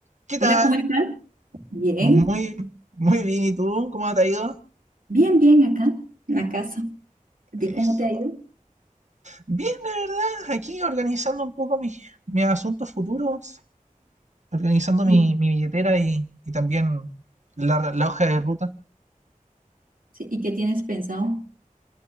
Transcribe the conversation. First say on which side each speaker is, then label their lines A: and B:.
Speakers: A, on the right; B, on the right.
A: ¿Qué
B: Hola,
A: tal?
B: ¿cómo estás? Bien,
A: Muy, muy bien. ¿Y tú? ¿Cómo te ha ido?
B: bien, bien acá, en la casa. ¿A ti cómo
A: Eso.
B: te ha ido?
A: Bien, la verdad, aquí organizando un poco mis, mis asuntos futuros, organizando
B: Sí.
A: mi, mi billetera y, y también la, la hoja de ruta.
B: Sí, ¿Y qué tienes pensado?